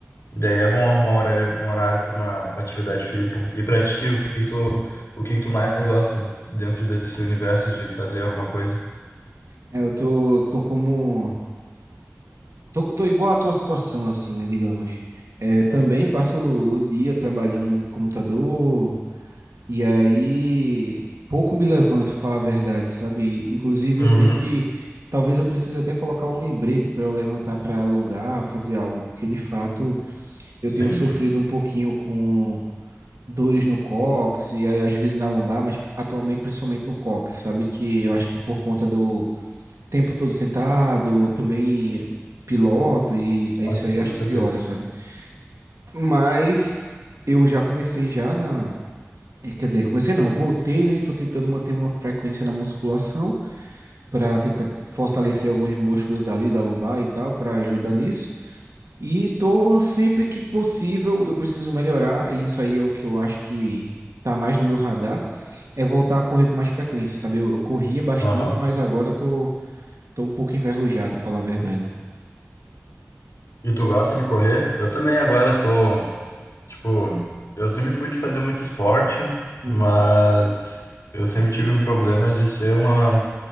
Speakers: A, on the left; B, on the right.
A: Daí é bom arrumar um horário, um horário para uma atividade física. E pra ti, o que que tu, o que que tu mais gosta dentro desse universo de fazer alguma coisa?
B: É, eu tô, tô como. Tô, tô igual à tua situação, assim, né? Digamos. É, também passo o dia trabalhando no computador, E aí, pouco me levanto, falar a verdade, sabe? Inclusive,
A: Uhum.
B: eu tenho que. Talvez eu precise até colocar um lembrete para eu levantar para alongar, fazer algo, porque de fato eu
A: Sim.
B: tenho sofrido um pouquinho com dores no cóccix e aí, às vezes na lombar, mas atualmente principalmente no cóccix, sabe? Que eu acho que por conta do tempo todo sentado, também piloto e é
A: Ah,
B: isso
A: com
B: aí,
A: toda
B: acho que
A: certeza.
B: piora, sabe? Mas eu já comecei já na é, Quer dizer, comecei não, voltei, né? E tô tentando manter uma frequência na musculação para tentar fortalecer alguns músculos ali da lombar e tal, para ajudar nisso. E tô sempre que possível, eu preciso melhorar, e isso aí é o que eu acho que tá mais no meu radar, é voltar a correr com mais frequência, sabe? Eu, eu corria bastante,
A: Aham.
B: mas agora tô, tô um pouco enferrujado, falar a verdade.
A: E tu gosta de correr? Eu também agora tô, tipo, eu sempre fui de fazer muito esporte,
B: Uhum.
A: mas eu sempre tive um problema de ser uma,